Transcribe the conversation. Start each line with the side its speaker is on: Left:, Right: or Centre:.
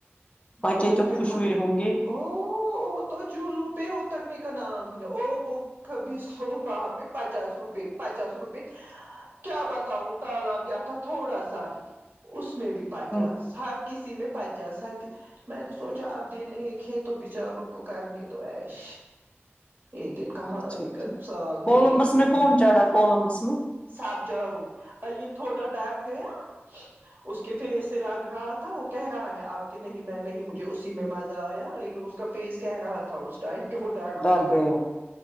Left: بچے
Right: اور
Left: تو
Right: پھر
Left: خوش
Right: ہم
Left: ہوئے ہوں گے
Right: ہو تو جولوں پہ اترنے کا نام ہی نا او وہ خبیث لوگ وہاں پہ پچاس روپئے پچاس روپئے کیا بتاؤ تالا کیا تھا تھوڑا سا ہی اس میں بھی پچاس
Left: ہوں
Right: ہر کسی میں پچاس ہر میں نے سوچا اپ دن ایک ہے تو بچاروں کو کرنے دو ایش ایک دن کہاں
Left: اچھا
Right: ایک
Left: اچھا۔
Right: سال
Left: کولمبس
Right: میں ایک دن
Left: میں کون
Right: ہے
Left: چڑھا کولمبس میں
Right: سب چارو علیلم تھوڑا ڈر گیا اس کے فیس سے لگ رہا تھا وہ کہہ رہا ہے آپ کہ نہیں میں نہیں مجھے اسی میں مزہ آیا لیکن اس کا فیس کہہ رہا تھا اس ٹائم کہ وہ ڈرا
Left: ڈر
Right: ہوا
Left: گیا
Right: ہے